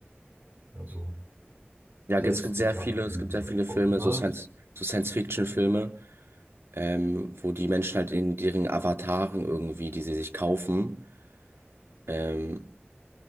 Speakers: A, on the right; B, on the right.
A: also
B: Ja, es
A: selbst
B: gibt sehr
A: lieber
B: viele,
A: ähm,
B: es gibt sehr viele Filme,
A: Original.
B: so Science, so Science-Fiction-Filme, ähm, wo die Menschen halt in deren Avataren irgendwie, die sie sich kaufen, ähm,